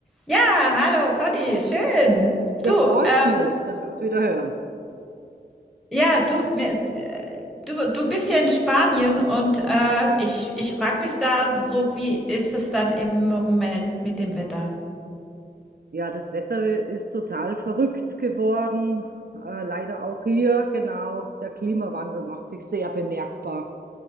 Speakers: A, in the centre; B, on the right (about 55°).
A: Ja, hallo Conny, schön.
B: Ja,
A: Du,
B: freut
A: ähm,
B: mich, dass wir uns wieder hören.
A: ja, du, mir, äh, du, du bist ja in Spanien und äh, ich, ich frage mich da so, wie ist es dann im Moment mit dem Wetter?
B: Ja, das Wetter ist total verrückt geworden. Äh, leider auch hier, genau. Der Klimawandel macht sich sehr bemerkbar.